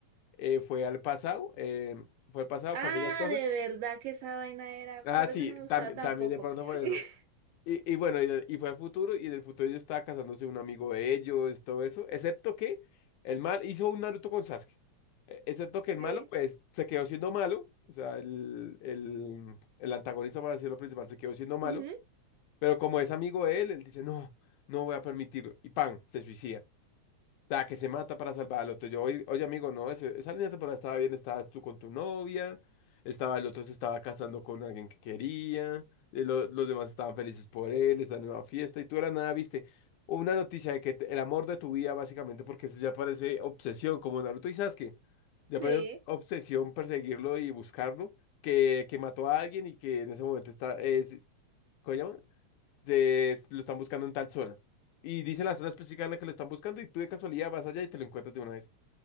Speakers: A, on the left (about 80°); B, on the right (about 75°).
A: eh, fue al pasado, eh, fue al pasado,
B: Ah,
A: cambió las cosas.
B: de verdad que esa vaina era,
A: Ah,
B: por
A: sí,
B: eso no me gustaba
A: tam-
B: tampoco.
A: también de pronto por eso.
B: <laughs>
A: Y, y bueno, y, de- y fue al futuro, y en el futuro ya estaba casándose un amigo de ellos, todo eso, excepto que el mal hizo un Naruto con Sasuke. E- Excepto que el
B: Sí,
A: malo, pues, se quedó siendo malo, o sea, el, el, el antagonista, para decirlo principal, se quedó siendo malo,
B: ujú,
A: pero como es amigo de él, él dice, no, no voy a permitirlo, y ¡pam! se suicida. La que se mata para salvar al otro. Yo, oye, oye, amigo, no, ese- esa línea temporal estaba bien, estabas tú con tu novia, estaba el otro se estaba casando con alguien que quería, eh, lo- los demás estaban felices por él, esa nueva fiesta, y tú era nada, viste, una noticia de que te- el amor de tu vida, básicamente, porque eso ya parece obsesión, como Naruto y Sasuke, ya
B: sí,
A: parece obsesión perseguirlo y buscarlo, que, que mató a alguien y que en ese momento está, es, ¿cómo se llama? se, lo están buscando en tal zona. Y dicen la zona específica en la que lo están buscando y tú de casualidad vas allá y te lo encuentras de una vez.